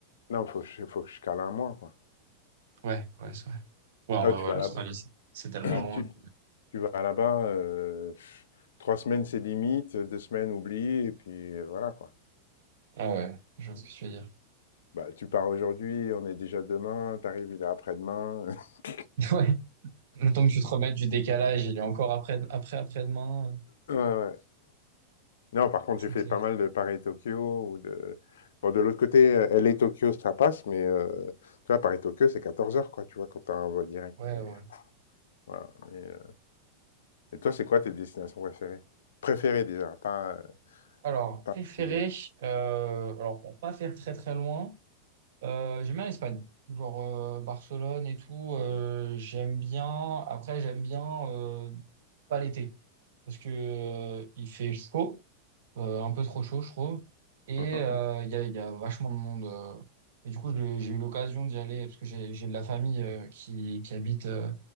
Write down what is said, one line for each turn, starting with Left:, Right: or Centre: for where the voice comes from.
Left: Non, faut que je faut que je cale un mois, quoi.
Right: Ouais, ouais, c'est vrai. Ouais, en
Left: Ah,
Right: vrai,
Left: tu
Right: ouais,
Left: vas
Right: l'Australie,
Left: là-bas,
Right: c'est c'est tellement
Left: <clears throat>
Right: loin.
Left: tu,
Right: que-
Left: tu vas là-bas, euh, pff, trois semaines c'est limite, deux semaines oublie, et puis euh, voilà, quoi.
Right: Ah ouais, je vois ce que tu veux dire.
Left: Bah, tu pars aujourd'hui, on est déjà demain, t'arrives, il est après-demain. <laughs>
Right: <laughs> Ouais, le temps que tu te remettes du décalage, il est encore après, après, après-demain. euh,
Left: Ouais, ouais. Non, par contre,
Right: C'est
Left: j'ai fait
Right: clair.
Left: pas mal de Paris-Tokyo ou de... Bon, de l'autre côté, euh, LA-Tokyo, ça passe, mais euh, tu vois, Paris-Tokyo, c'est 14 heures, quoi, tu vois, quand t'as un vol direct.
Right: Ouais,
Left: Mais,
Right: ouais. ouais.
Left: euh, voilà. Mais, euh, Et toi, c'est quoi tes destinations préférées? Préférées, déjà, pas, euh,
Right: Alors,
Left: pas
Right: préféré,
Left: privées.
Right: euh, alors pour pas faire très très loin, euh, j'aime bien l'Espagne. Genre euh, Barcelone et tout, euh, j'aime bien. Après, j'aime bien euh, pas l'été. Parce que euh, il fait chaud. euh, un peu trop chaud, je trouve. Et
Left: Mhm.
Right: euh, il y a, il y a vachement de monde. euh. Et du coup, j'ai j'ai eu l'occasion d'y aller parce que j'ai j'ai de la famille euh, qui, qui habite euh,